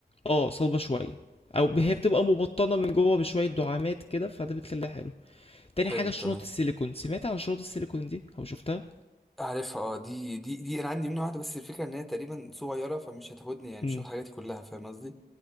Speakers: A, on the left (about 35°); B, in the centre.
A: اه صلبة شوية او
B: تمام
A: هي بتبقى مبطنة من جوه بشوية دعامات كده فده بتخليها حلو تاني
B: حلو
A: حاجة الشنط
B: تمام
A: السيليكون سمعت عن شنط السيليكون دي او شفتها
B: عارفها اه دي دي دي انا عندي منها واحدة بس الفكرة ان هي تقريبا صغيرة فمش هتاخدني يعني مش
A: امم
B: هاخد حاجاتي كلها فاهم قصدي